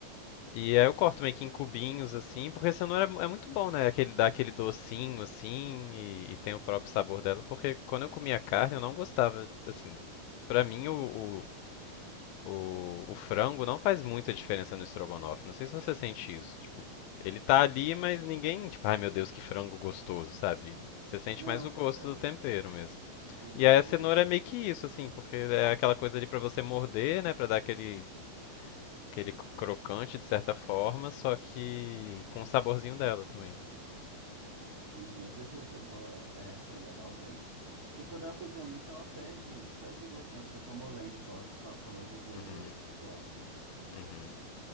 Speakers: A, on the left; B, on the right.
A: E aí eu corto meio que em cubinhos, assim, porque a cenoura é é muito bom, né? Aquele, dá aquele docinho, assim, e, e tem o próprio sabor dela. Porque quando eu comia carne, eu não gostava, assim. Pra mim, o, o O, o frango não faz muita diferença no estrogonofe. Não sei se você sente isso. Tipo, ele tá ali, mas ninguém, tipo, ai meu Deus, que frango gostoso, sabe? Você sente
B: Não,
A: mais o gosto
B: pois é,
A: do tempero mesmo.
B: no molho.
A: E aí a cenoura é meio que isso, assim, porque é aquela coisa ali pra você morder, né, pra dar aquele, aquele crocante de certa forma, só que com o saborzinho dela também.
B: Sim, eu prefiro cebola, é, cenoura al dente também. Porque quando ela cozinha muito, ela perde, perde o gosto, né? Fica só molenga, igual você estava falando do,
A: Uhum,
B: do brócolis
A: uhum.